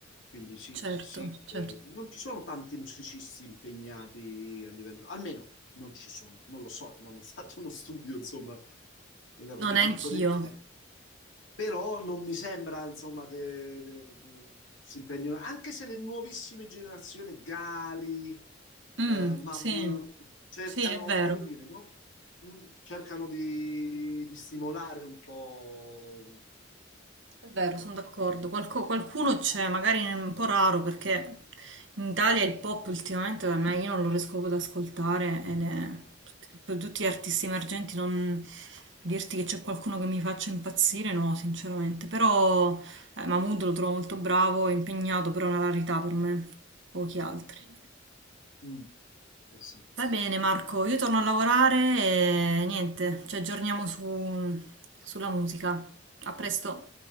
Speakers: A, on the left (about 75°); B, on the right (about 65°).
A: Quindi sì,
B: certo,
A: sì,
B: certo.
A: eh, non ci sono tanti musicisti impegnati a livello, almeno non ci sono, non lo so, non ho <laughs> fatto uno studio, insomma, da questo
B: No, neanch'io.
A: punto di vista. Però non mi sembra, insomma, che eh, si impegnino, anche se le nuovissime generazioni, Gali, eh,
B: Mm,
A: Mahmood,
B: sì,
A: cercano,
B: sì, è vero.
A: come dire, no? Mm, cercano di, di stimolare un po'...
B: È vero,
A: no.
B: sono d'accordo. Qualco- qualcuno c'è, magari è un po' raro perché in Italia il pop ultimamente da me io non lo riesco proprio ad ascoltare ed è per tutti gli artisti emergenti non dirti che c'è qualcuno che mi faccia impazzire, no, sinceramente. Però eh, Mahmood lo trovo molto bravo, impegnato, però è una rarità per me, pochi altri.
A: Mm, eh sì.
B: Va bene Marco, io torno a lavorare e niente, ci aggiorniamo su- sulla musica. A presto.